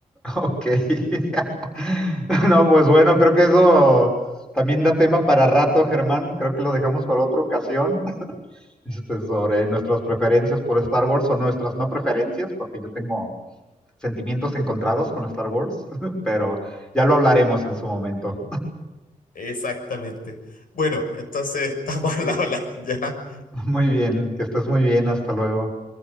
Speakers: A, in the centre; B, on the left.
A: Ok. <laughs> No, pues bueno, creo que eso también da tema para rato, Germán. Creo que lo dejamos para otra ocasión. <laughs> Este, sobre nuestras preferencias por Star Wars o nuestras no preferencias, porque yo tengo sentimientos encontrados con Star Wars, <laughs> pero ya lo hablaremos en su momento.
B: Exactamente. Bueno, entonces <laughs> estamos al habla, ya.
A: <laughs> Muy bien, que estés muy bien. Hasta luego.